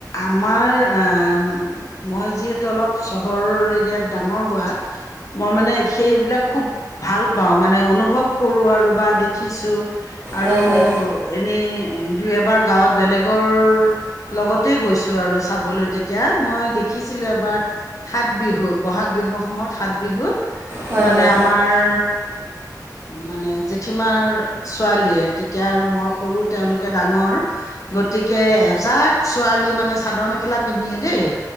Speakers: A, on the left (about 50°); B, on the right (about 30°).
A: আমাৰ আহ মই যিহেতু অলপ চহৰৰ এৰিয়াত ডাঙৰ হোৱা মই মানে সেইবিলাক খুব ভাল পাওঁ মানে অনুভৱ কৰোঁ আৰু বা দেখিছো আৰু
B: হয় হয়
A: এনেই দুই এবাৰ গাঁৱত বেলেগৰ লগতেই গৈছো আৰু চাবলৈ তেতিয়া, মই দেখিছিলো এবাৰ সাত বিহুত বহাগ বিহুৰ সময়ত সাত বিহুত
B: হয়
A: মানে
B: হয়
A: আমাৰ মানে জেঠীমাৰ ছোৱালীয়ে তেতিয়া আৰু মই সৰু, তেওঁলোকে ডাঙৰ গতিকে এজাক ছোৱালী মানে চাদৰ মেখেলা পিন্ধিয়ে দেই